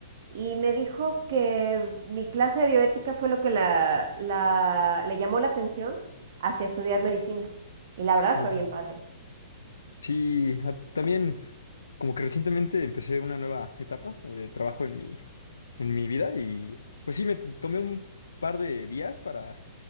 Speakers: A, on the right; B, on the left.
A: Y me dijo que mi clase de bioética fue lo que la, la- le llamó la atención hacia estudiar medicina. Y la verdad
B: ya.
A: fue bien padre.
B: Sí, a- también como que recientemente empecé una nueva etapa eh, de trabajo en mi, en mi vida y pues sí, me t- tomé un par de días para